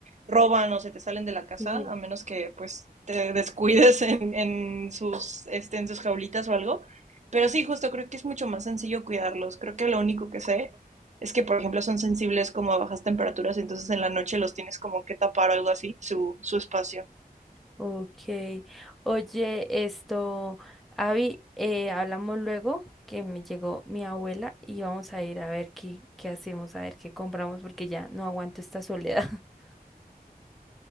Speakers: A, on the right (about 45°); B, in the centre.
A: roban o se te salen de la casa,
B: Sí.
A: a menos que pues te descuides en, en sus, este, en sus jaulitas o algo. Pero sí, justo creo que es mucho más sencillo cuidarlos. Creo que lo único que sé es que, por ejemplo, son sensibles como a bajas temperaturas, entonces en la noche los tienes como que tapar o algo así, su, su espacio.
B: Ok. Oye, esto, Avi, eh, hablamos luego que me llegó mi abuela y vamos a ir a ver qué, qué hacemos, a ver qué compramos porque ya no aguanto esta soledad. <laughs>